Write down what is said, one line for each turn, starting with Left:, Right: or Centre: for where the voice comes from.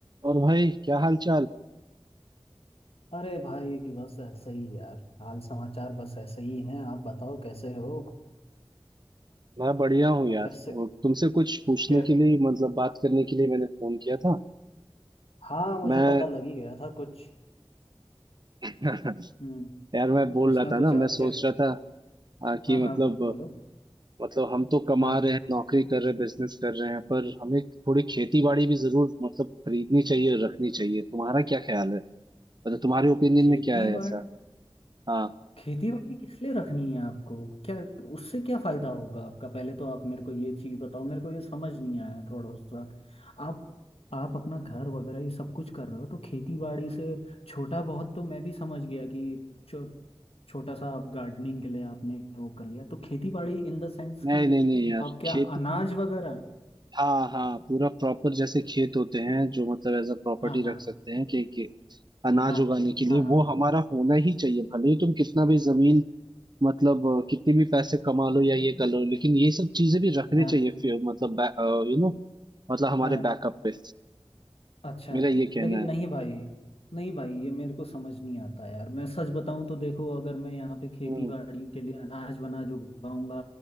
Right: और भाई क्या हाल चाल
Left: अरे भाई बस ऐसे ही यार हाल समाचार बस ऐसे ही हैं आप बताओ कैसे हो
Right: मैं बढ़िया हूँ
Left: और
Right: यार
Left: कैसे
Right: और तुमसे कुछ पूछने
Left: कै
Right: के लिए मतलब बात करने के लिए मैंने फोन किया था
Left: हाँ मुझे
Right: मैं
Left: पता लग ही गया था कुछ
Right: <clears throat> <laughs>
Left: हम्म
Right: यार मैं बोल
Left: कुछ
Right: रहा
Left: ना
Right: था
Left: कुछ
Right: ना मैं
Left: अर्जेंट
Right: सोच रहा था आ, कि
Left: हाँ हाँ
Right: मतलब
Left: बोलो
Right: मतलब हम तो कमा
Left: हाँ
Right: रहे हैं नौकरी कर रहे हैं बिजनेस कर रहे हैं पर हमें थोड़ी खेती बाड़ी भी जरूर मतलब खरीदनी चाहिए रखनी चाहिए तुम्हारा क्या ख्याल है मतलब तुम्हारे ओपिनियन
Left: खेती
Right: में क्या है
Left: बाड़
Right: ऐसा हाँ
Left: खेती बाड़ी किस लिए रखनी है आपको क्या उससे क्या फायदा होगा आपका पहले तो आप मेरे को ये चीज बताओ मेरे को ये समझ नहीं आया थोड़ा सा आप आप अपना घर वगैरह ये सब कुछ कर रहे हो तो खेती बाड़ी से छोटा बहुत तो मैं भी समझ गया कि छो, छोटा सा आप गार्डनिंग के लिए आपने वो कर लिया तो खेती बाड़ी इन द सेंस
Right: नहीं
Left: कि
Right: नहीं नहीं यार
Left: आप क्या
Right: खेती
Left: अनाज वगैरह
Right: हाँ हाँ पूरा प्रॉपर जैसे खेत होते हैं जो मतलब एज अ प्रॉपर्टी
Left: हाँ हाँ
Right: रख सकते हैं कि कि अनाज
Left: हाँ
Right: उगाने के लिए
Left: हाँ हाँ
Right: वो हमारा होना ही चाहिए भले ही तुम कितना भी जमीन मतलब अ, कितने भी पैसे कमा लो या ये कर लो लेकिन ये सब चीजें भी रखनी
Left: हाँ
Right: चाहिए फिर मतलब यू नो मतलब हमारे
Left: हाँ
Right: बैकअप पे
Left: अच्छा
Right: मेरा ये कहना
Left: लेकिन
Right: है
Left: नहीं भाई नहीं भाई ये मेरे को समझ नहीं आता यार मैं सच बताऊं तो देखो अगर मैं यहाँ पे खेती
Right: हम्म
Left: बाड़ी के लिए अनाज वनाज उगाऊंगा